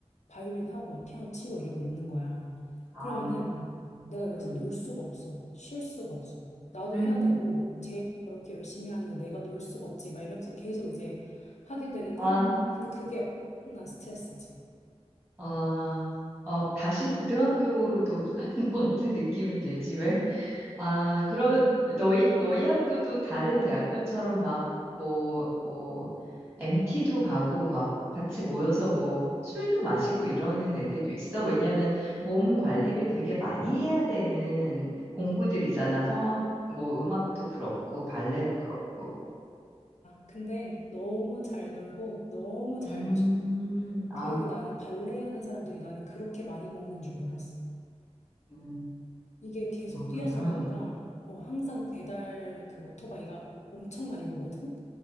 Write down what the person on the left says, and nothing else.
바이올린 하고, 막 피아노 치고 이러고 있는 거야.
그러면은
내가 여기서
놀 수가 없어. 쉴 수가 없어. 나도
해야 되고, 쟤 저렇게 열심히 하는데 내가 놀 수가 없지. 막 이러면서 계속 이제 하게 되는데,
근데 그게 엄청난 스트레스지.
맞아,
맞아.
근데 너무 잘 놀고 너무 잘
마셔.
그 나는 발레 하는 사람들이 나는 그렇게 많이 먹는 줄 몰랐어.
이게 계속
뛰어서 그런가? 어, 항상 배달 그 오토바이가 엄청 많이 오거든?